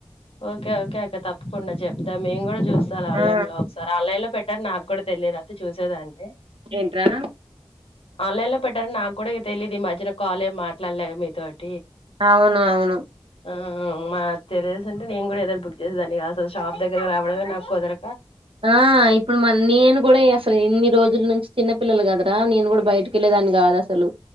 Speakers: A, on the left (about 75°); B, on the right (about 65°).
A: ఓకే ఓకే అక్క తప్పకుండా చెప్తా మేము గుడా చూస్తారు ఆన్లైన్
B: ఆ
A: లో ఒకసారి ఆన్లైన్ లో పెట్ అంట నాకు కూడా తెలియదు అంతే చూసేదాన్ని
B: ఏంట్రా
A: ఆన్లైన్ లో పెట్టారని నాకు కూడా ఇగ తెలీయదు ఈ మధ్యన కాలేం మాట్లాడలే కదా మీతోటి
B: అవును అవును
A: ఆ మాక్ తెలిసుంటే నేను గుడా ఎదో ఒకదాన్ని బుక్ చేసేదాన్ని గా షాప్ దగ్గర రావడమే నాక్ కుదర
B: ఆ ఇప్పుడు మరి నేను గుడా అసలు ఇన్ని రోజులు నుంచి చిన్న పిల్లలు కదరా నేను కూడా బయటకి వెళ్లేేదాని కాదు అసలు